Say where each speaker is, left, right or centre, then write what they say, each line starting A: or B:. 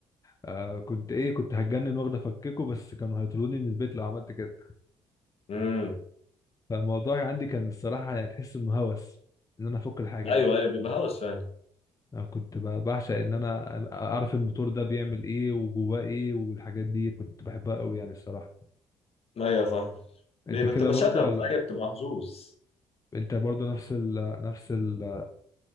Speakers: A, on the left; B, on the left.
A: آه كنت ايه كنت هتجنن واخده افككه بس كانوا هيطردوني من البيت لو عملت كده
B: امم
A: فالموضوع عندي كان الصراحة يعني تحس انه هوس ان انا افك الحاجة
B: ايوه
A: دي
B: ايوه بيبقى هوس فعلا
A: انا كنت ب- بعشق ان انا اعرف الموتور ده بيعمل ايه وجواه ايه والحاجات دي كنت بحبها قوي يعني الصراحة
B: ايوه فاهم بيبقى
A: انت كده
B: بتبقى
A: برضو
B: شغف
A: ولا
B: ايوه بتبقى حظوظ
A: انت برضو نفس ال نفس ال